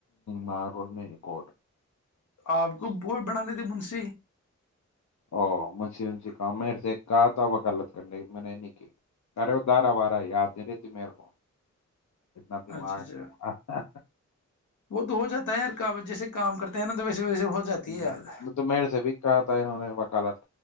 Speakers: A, on the left; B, on the left.
A: ہاں رول میں ہی کوٹ
B: آپ کو بت بنا لیتی مش
A: او منش اننش کہ میر سے کہا تھا وکلت کرنے کی میں نے نہیں کی ارے وہ دارہ وارہ یاتی رہی ت میر کو اتنا دماغ
B: اچھا
A: نہیں۔
B: اچھا وہ تو ہو جاتا ہے کا و جیسے کام کرتے ہیں نا تو ویسے ویسے ہو جاتی
A: ہ
B: ہے یاد
A: م میڑ سے بھی ک آتا ہو نے و کالت